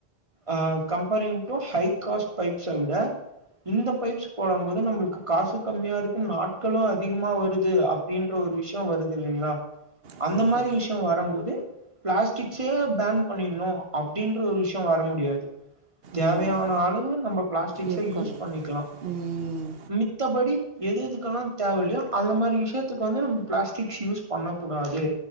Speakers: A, on the right; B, on the right.
A: அஹ் கம்பெனி ப்றோ ஹைகாஸ் பைப்ஸ் அ விட இந்த பைப்ஸ் போடம்போது நம்ளுக்கு காசு கம்மியா இருக்கும். நாட்களும் அதிகமா வரு ருது அப்டின்ற ஒரு விஷ்யோ வருது இல்லைங்ளா?
B: கண்டிப்பாக
A: அந்த மாரி விஷ்யோ வரம்போது பிளாஸ் டிக்ஸ பேன் பண்ணிட்ணு அப்டின்ற ஒரு விஷ்யோ வர முடியாது. தேவயான
B: ம்
A: அளவு நம்ப பிளாஸ்டிக்ஸ
B: இருக்கணும்
A: யூஸ் பண்ணிக்லா.
B: ம்
A: மித்தபடி எது எதுக்கெல்லா தேவல்லயோ அந்த மாரி விஷயத்துக்கு வந்து நம்ம பிளாஸ்டிக்ஸ் யூஸ் பண்ண கூடாது.